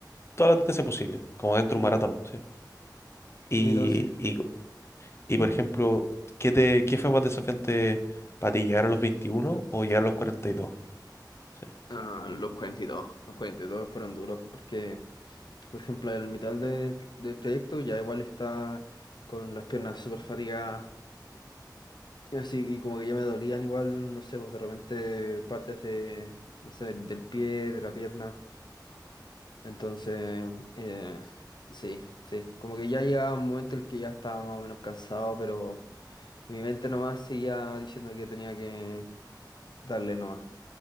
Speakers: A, on the left; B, on the left.
A: todas las distancias posibles, como dentro de un
B: sí,
A: maratón, ¿sí?
B: sí,
A: Y,
B: no, sí.
A: y Y
B: ¿Eh?
A: por ejemplo, ¿qué te, qué fue más desafiante para ti, llegar a los 21 o llegar a los 42? Sí.
B: Ah, los cuarenta y dos los cuarenta y dos fueron duros porque... Por ejemplo, el mitad del, del trayecto ya igual está con las piernas súper fatigadas. Así, y como que ya me dolían igual, no sé, pues de repente partes de, no sé, del, del pie, de la pierna. Entonces, eh, sí, sí. Como que ya llegaba un momento en el que ya estaba más o menos cansado, pero mi mente nomás seguía diciendo que tenía que darle nomás.